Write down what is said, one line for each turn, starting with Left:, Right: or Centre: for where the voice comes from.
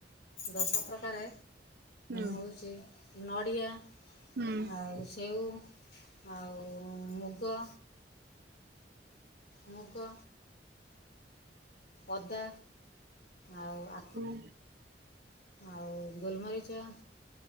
Left: ରଶ ପ୍ରକାରେ
Right: ହୁଁ
Left: ହଉଛି ନଡ଼ିଆ
Right: ହୁଁ
Left: ଆଉ ସେଉ ଆଉ ମୁଗ ମୁଗ ଅଦା ଆଉ ଆ
Right: ହୁଁ
Left: ଆଉ ଗୋଲମରିଚ